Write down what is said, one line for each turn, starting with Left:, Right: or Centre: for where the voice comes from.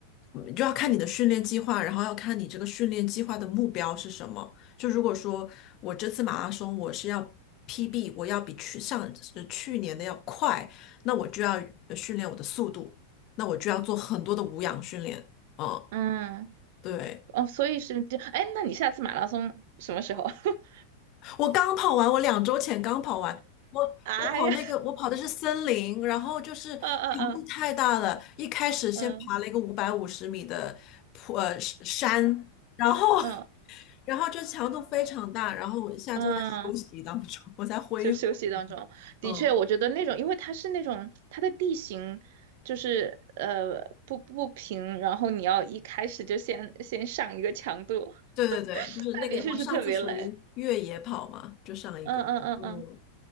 Left: 嗯就要看你的训练计划，然后要看你这个训练计划的目标是什么。就如果说我这次马拉松我是要 PB，我要比去上呃去年的要快，那我就要呃训练我的速度，那我就要做很多的无氧训练，嗯。
Right: 嗯
Left: 对，
Right: 哦，所以是这，哎，那你下次马拉松什么时候？<laughs>
Left: 我刚跑完，我两周前刚跑完，我我跑那个我跑的是森林，
Right: 哎呀，
Left: 然后就是强度太大了，
Right: <laughs> 嗯嗯
Left: 一开始先爬了一个五百五十米的坡呃山，
Right: 嗯
Left: 然后
Right: 嗯嗯
Left: <laughs> 然后就强度非常大，然后我现在正在休息当中，
Right: 嗯，
Left: 我在恢复。
Right: 就休息当中，的确，
Left: 嗯，
Right: 我觉得那种，因为它是那种它的地形就是呃不不平，然后你要一开始就先先上一个强度，
Left: 对对对，就是那个我上次属于越野跑嘛，
Right: 那的确是特别累，
Left: 就上一个，
Right: 嗯嗯嗯嗯，
Left: 嗯，